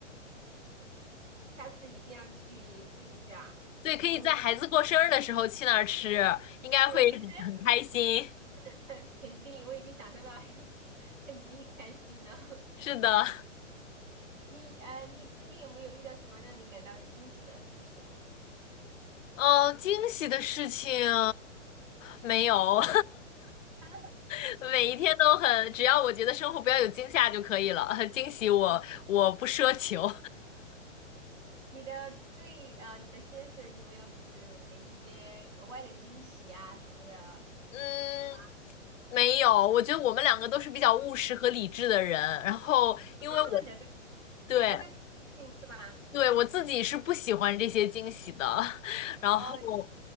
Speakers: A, on the right (about 75°); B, on the left (about 80°).
A: 是下次一定要去试一下。
B: 对，可以在孩子过生日的时候去那儿吃，
A: 我们
B: 应该会很很开心。
A: 对，<laughs> 肯定我已经享受到，<laughs> 他已经很开心了。<laughs>
B: 是的，
A: 你呃，你最近有没有遇到什么让你感到惊喜的事情？
B: 嗯，惊喜的事情没有，
A: <laughs>
B: <laughs> 每一天都很，只要我觉得生活不要有惊吓就可以了。<laughs> 惊喜我我不奢求，
A: 你的对呃，你的先生有没有就是给你一些额外的惊喜啊什么的？
B: 嗯，
A: 有吗？
B: 没有，我觉得我们两个都是比较务实和理智的人，然后因为我
A: <laughs> 两个
B: 对
A: 两个都比较尽兴是吧？
B: 对我自己是不喜欢这些惊喜的，<laughs> 然后。
A: 哦，